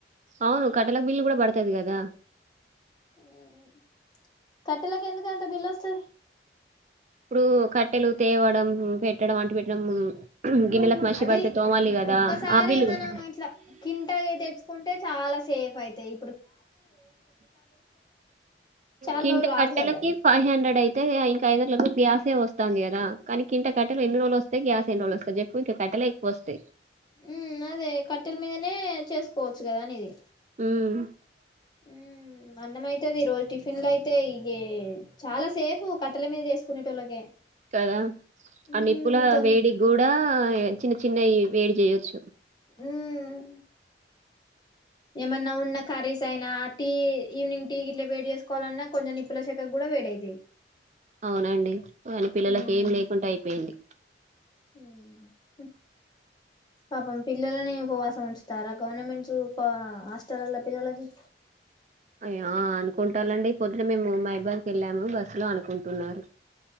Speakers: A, on the right; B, on the left.
A: అవును కట్టెలకు బిల్లు కూడా పడతది కదా
B: ఉహ్ హు కట్టెలకి ఎందుకు ఎంత బిల్ వస్తుంది
A: ఇప్పుడు కట్టెలు తేవడం పెట్టడం అంటూ పెట్టడం గిన్నెలకు మసి
B: అది
A: పడితే తోమాలి కదా
B: ఒక్కసారి
A: ఆ బిల్లు
B: మనం
A: కూడా.
B: ఇట్లా కింట తెచ్చుకుంటే చాలా సేఫ్ ఫైతేయి చాలా
A: కింట
B: రోజులు రాదు
A: కట్టెలకి
B: కదా అది
A: ఫైవ్ హండ్రెడ్ అయితు అయి ఇంకాఐదుందుల గ్యాసే వస్తుంది కదా కానికి ఇకా కట్టె ఎన్ని రోజులు వస్తే గ్యా ఎన్ని రోజు వస్తాంది చెప్పు ఇంక కట్టెలే ఎక్కువ వస్తాయి
B: ఉ అదే కట్టెల మీదనే చేసుకోవచ్చు కదా అని ఇది
A: ఉమ్
B: ఉ అన్నమైతది రోల్ టిఫిన్ లో అయితే ఇగా చాలా సేఫ్ కట్టెల మీద చేసుకునేటోళ్ళకే
A: కదా
B: ఉమ్
A: అ నిప్పుల
B: తొన్
A: వేడి కూడా చిన్న చిన్నవి వేడి చేయొచ్చు
B: ఉమ్ ఏమన్నా ఉన్నా కర్రీస్ అయినా టీ ఈవినింగ్ టీ గిట్ల వేడి చేసుకో కోవాలన్నా కొంచెం నిప్పుల శాఖకు కూడా వేడైతాయి
A: అవునండి కానీ పిల్లలకి
B: ఉమ్
A: ఏం లేకుండా అయిపోయింది
B: ఉమ్ పాపం పిల్లలని ఉపవాసం ఉంచుతారా గవర్నమెంట్స్ హాస్టల్ల్లో పిల్లలకి
A: అయ్యా అనుకుంటాలండి పొద్దు ఇక్కడ మేము మైబాద్కి వెళ్ళాము బస్సు లో అనుకుంటున్నారు